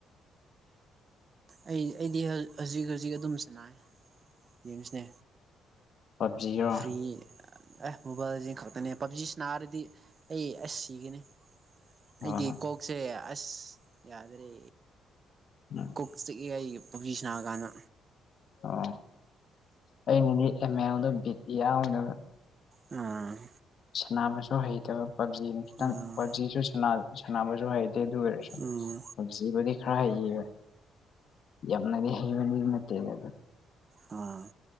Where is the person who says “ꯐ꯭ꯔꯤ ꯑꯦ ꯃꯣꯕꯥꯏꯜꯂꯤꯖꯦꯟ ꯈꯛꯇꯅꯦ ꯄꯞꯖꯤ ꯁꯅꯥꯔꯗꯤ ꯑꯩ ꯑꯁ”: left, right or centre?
Right